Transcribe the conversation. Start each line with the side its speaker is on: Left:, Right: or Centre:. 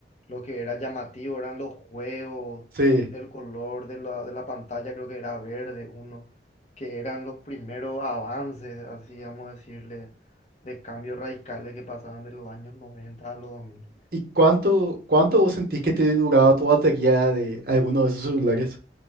Left: Lo que era llamativo eran los juegos,
Right: Sí.
Left: el color de la, de la pantalla creo que era verde uno, que eran los primeros avances, así vamos a decirle, de cambios radicales que pasaban de los años noventa a los 2000.
Right: ¿Y cuánto, cuánto vos sentís que te duraba tu batería de alguno de esos celulares?